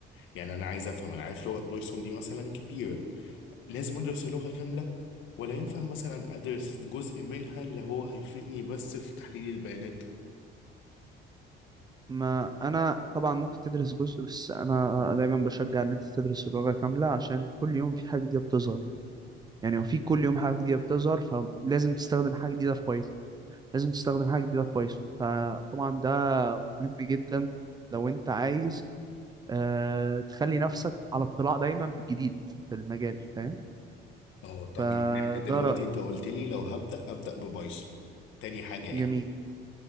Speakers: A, on the left; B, on the right.
A: يعني أنا عايز أفهم أنا عارف لغة بايثون دي مثلا كبيرة لازم أدرس اللغة كاملة ولا ينفع مثلا أدرس جزء منها اللي هو هيفيدني بس في تحليل البيانات
B: ما انا طبعا ممكن تدرس جزء بس انا دايما بشجع ان انت تدرس اللغة كاملة عشان كل يوم في حاجة جديدة بتظهر يعني وفي كل يوم حاجة جديدة بتظهر فلازم تستخدم حاجة جديدة في بايثون لازم تستخدم حاجة جديدة في بايثون فطبعا ده مهم جدا لو انت عايز آه تخلي نفسك على اطلاع دايما بالجديد في المجال فاهم
A: اه طب
B: فده
A: يعني احنا دلوقتي
B: رأيي
A: انت قلت لي لو هبدأ أبدأ ببايثون تاني حاجة ايه
B: جميل